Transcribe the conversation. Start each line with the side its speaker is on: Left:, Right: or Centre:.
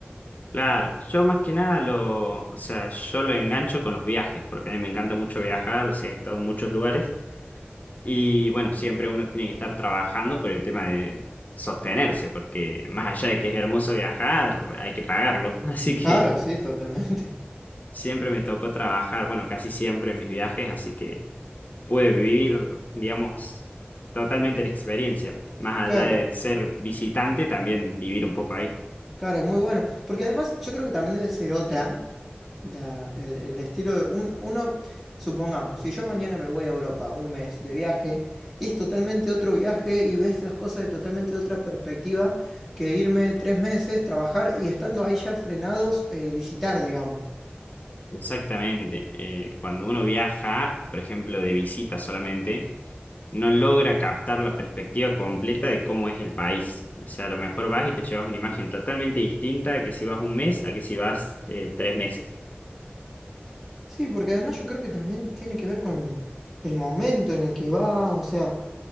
Left: Claro, yo más que nada lo, o sea, yo lo engancho con los viajes, porque a mí me encanta mucho viajar, o sea, he estado en muchos lugares. Y bueno, siempre uno tiene que estar trabajando por el tema de sostenerse, porque más allá de que es hermoso viajar, hay que pagarlo. <laughs> Así que
Centre: Claro, sí, totalmente. <laughs>
Left: siempre me tocó trabajar, bueno, casi siempre en mis viajes, así que pude vivir, digamos, totalmente la experiencia. Más
Centre: Claro,
Left: allá de ser visitante, también vivir un poco ahí.
Centre: claro, muy bueno. Porque además yo creo que también debe ser otra. la- el, el estilo de un- uno, supongamos, si yo mañana me voy a Europa un mes de viaje, es totalmente otro viaje y ves las cosas de totalmente otra perspectiva que irme tres meses, trabajar y estando ahí ya frenados, eh, visitar, digamos.
Left: Exactamente. Eh, cuando uno viaja, por ejemplo, de visita solamente, no logra captar la perspectiva completa de cómo es el país. O sea, a lo mejor vas y te llevas una imagen totalmente distinta a que si vas un mes, a que si vas eh, tres meses.
Centre: Sí, porque además yo creo que también tiene que ver con el momento en el que vas, o sea,